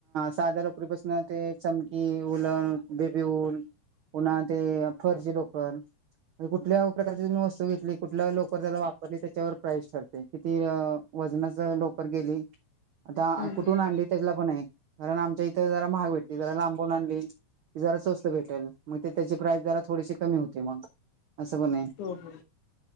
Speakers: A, on the right (about 80°); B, on the left (about 75°).
A: साध लोकरीपासन ते चमकी बेपीऊल, पुन्हा ते फर ची लोकर म्ह कुठल्या प्रकारची तुम्ही वस्तू घेतली? कुठल्या लोकर त्याला वापरली त्याच्यावर प्राईस ठरते. किती वजनाच लोकर गेली आता
B: हम्म
A: कुठून
B: हम्म
A: आणली त्याच्याला पण आहे कारण आमच्या इथं जरा महाग भेटली. जरा लांबून आणली ते जरा स्वस्त भेटेल. मग ते त्याची प्राइस जरा थोडीशी कमी होते मग. नाही.
B: हो हो